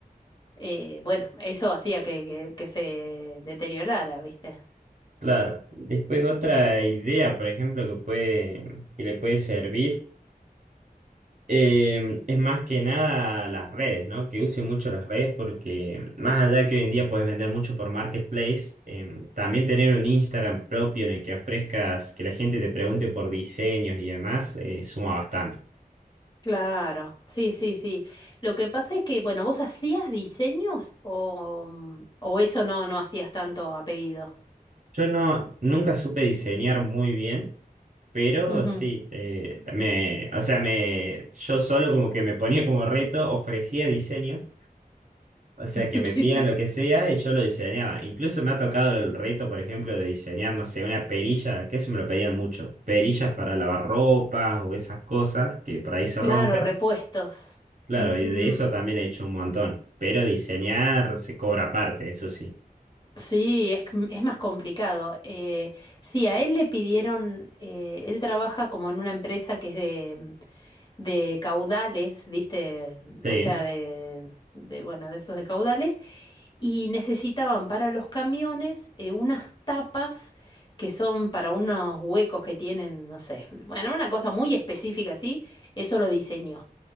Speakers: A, on the left; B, on the right.
A: eh, bueno, eso hacía que, que que se deteriorara, viste.
B: Claro. Después otra idea, por ejemplo, que puede, que le puede servir, eh, es más que nada las redes, ¿no? Que use mucho las redes porque más allá de que hoy en día puedes vender mucho por Marketplace, eh, también tener un Instagram propio en el que ofrezcas, que la gente te pregunte por diseños y demás, eh, suma bastante.
A: Claro, sí, sí, sí. Lo que pasa es que, bueno, ¿vos hacías diseños o, mm, o eso no, no hacías tanto a pedido?
B: Yo no, nunca supe diseñar muy bien. Pero
A: Ujú.
B: sí, eh, me, o sea, me, yo solo como que me ponía como reto, ofrecía diseños O sea,
A: <laughs>
B: que me
A: Sí.
B: pidan lo que sea y yo lo diseñaba. Incluso me ha tocado el reto, por ejemplo, de diseñar, no sé, una perilla, que eso me lo pedían mucho. Perillas para lavar ropas o esas cosas que por ahí se
A: Claro,
B: rompen.
A: repuestos.
B: Claro,
A: Mm,
B: y de eso también he hecho un montón. Pero diseñar se cobra aparte, eso sí.
A: sí, es, c- es más complicado. Eh, sí, a él le pidieron, eh, él trabaja como en una empresa que es de, de caudales, ¿viste?
B: Sí,
A: O sea, de, de, bueno, de esos de caudales. y necesitaban para los camiones eh, unas tapas que son para unos huecos que tienen, no sé, bueno, una cosa muy específica así, eso lo diseñó.